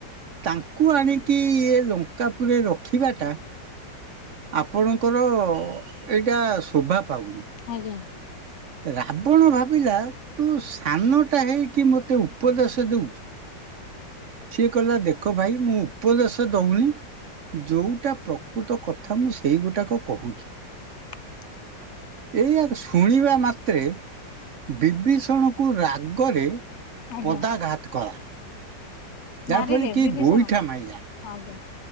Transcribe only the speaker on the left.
ଆଜ୍ଞା
<inaudible>
ଆଜ୍ଞା
ମାରିଲେ
ବିଭୀଷଣ
ଆଜ୍ଞା